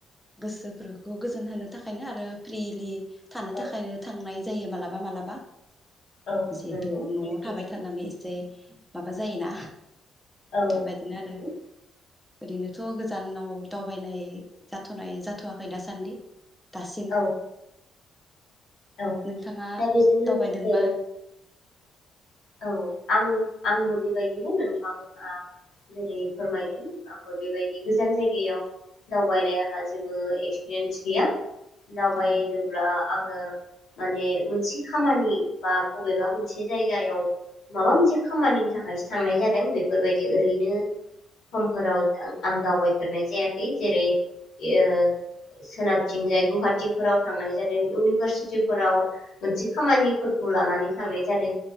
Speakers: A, in the centre; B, on the left (about 80°).
A: गोसोफोरखौ गोजोन होनो थाखायनो आरो फ्रिलि थानो
B: औ
A: थाखायनो थांनाय जायो मालाबा मालाबा
B: औ
A: जिहेथु
B: नंगौ
A: न'आव
B: बे सैथो
A: थाबाय थानानै एसे ए माबा जायोना।
B: औ
A: बेबायदिनो
B: नंगौ
A: आरो ओरैनोथ' गोजानाव दावबायनाय जाथ'नाय जाथ'वाखै दासान्दि दासिम
B: औ औ
A: नोंथाङा
B: दा बेजों लोगोसे
A: दावबायदोंबा
B: औ आं आंबो बेबाय दिनो नोंथाङा जेरै फोरमायदों आंबो बेबायदि गोजान जायगायाव दावबायनाय आंहा जेबो एक्सपिरियेन्स गैया दावबायदोंब्ला
A: औ
B: आङो माने मोनसे खामानि बा बबेबा मोनसे जायगायाव माबा मोनसे खामानिनि थाखायसो थांनाय जादों बेफोरबायदि ओरैनो समफोराव आं दावबायफेरनाय जायाखै जेरै ओ सोनाबथिंजाय गुवाहाटिफोराव थांनाय जादों इउनिभारसिटिफोराव मोनसे खामानिफोरखौ लानानै थांनाय जादों